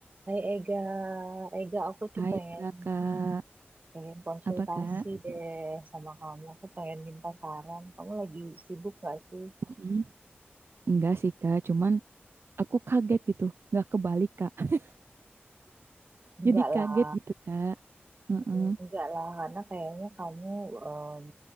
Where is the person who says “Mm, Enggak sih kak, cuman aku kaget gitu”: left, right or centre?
Right